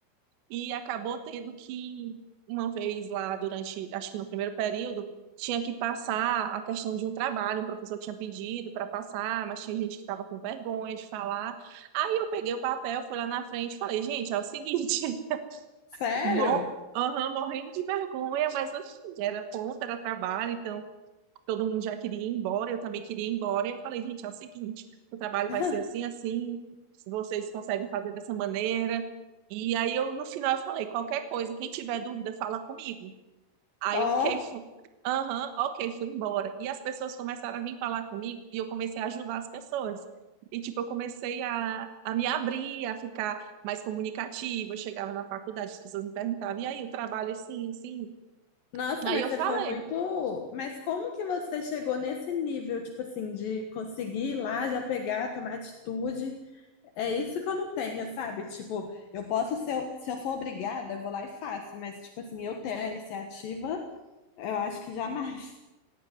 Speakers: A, on the right (about 70°); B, on the left (about 65°).
A: e acabou tendo que, uma vez lá durante, acho que no primeiro período, tinha que passar a questão de um trabalho, o professor tinha pedido para passar, mas tinha gente que estava com vergonha de falar. Aí eu peguei o papel, fui lá na frente e falei, gente, é o seguinte.
B: Sério?
A: Mor Aham, morrendo de vergonha, mas assim, era ponta, era trabalho, então todo mundo já queria ir embora, eu também queria ir embora. E eu falei, gente, é o seguinte, o trabalho
B: <laughs>
A: vai ser assim, assim, se vocês conseguem fazer dessa maneira. E aí eu, no final, eu falei, qualquer coisa, quem tiver dúvida, fala comigo. Aí,
B: Ó,
A: ok, fui, aham, ok, fui embora. E as pessoas começaram a vir falar comigo e eu comecei a ajudar as pessoas. E, tipo, eu comecei a, a me abrir, a ficar mais comunicativa. Eu chegava na faculdade, as pessoas me perguntavam, e aí, o trabalho é assim, assim.
B: nossa,
A: Aí
B: mas
A: eu
B: você
A: falei,
B: foi muito. Mas como que você chegou nesse nível, tipo assim, de conseguir ir lá já pegar, tomar atitude? É isso que eu não tenho, sabe? Tipo, eu posso, se eu, se eu for obrigada, eu vou lá e faço, mas, tipo assim, eu ter a iniciativa, eu acho que jamais.